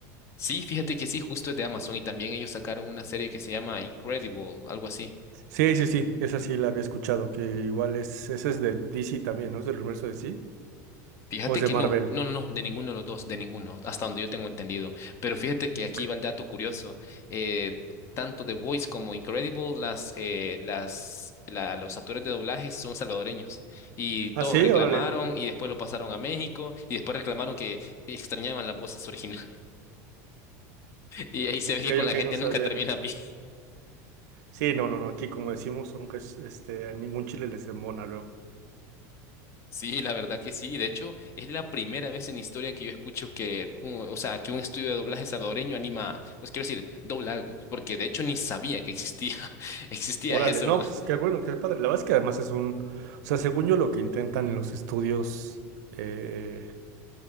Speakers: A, on the left; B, on the right.
A: Sí, fíjate que sí, justo es de Amazon y también ellos sacaron una serie que se llama Incredible, algo así.
B: Sí, sí, sí, esa sí la había escuchado, que igual es, esa es de DC también, ¿no? ¿Es del universo de DC?
A: Fíjate
B: ¿O es de
A: que
B: Marvel?
A: no, no, no, no, de ninguno de los dos, de ninguno, hasta donde yo tengo entendido. Pero fíjate que aquí
B: Ok.
A: va el dato curioso. eh, tanto The Voice como Incredible, las, eh, las, la- los actores de doblaje son salvadoreños y todos
B: Ah, sí,
A: reclamaron
B: órale.
A: y después lo pasaron a México y después reclamaron que extrañaban las voces originales. Y ahí se
B: Ok,
A: ve que con
B: ok,
A: la gente
B: no sabía.
A: nunca termina bien. <laughs>
B: Sí, no, no, no, aquí como decimos, aunque es, este, a ningún chile les embona luego.
A: Sí, la verdad que sí. De hecho, es la primera vez en historia que yo escucho que, un- o sea, que un estudio de doblaje salvadoreño anima, pues quiero decir, dobla algo, porque de hecho ni sabía que existía, <laughs> existía
B: Órale,
A: eso,
B: no,
A: ¿verdad?
B: pues qué bueno, qué padre. La verdad es que además es un, o sea, según yo lo que intentan en los estudios, eh,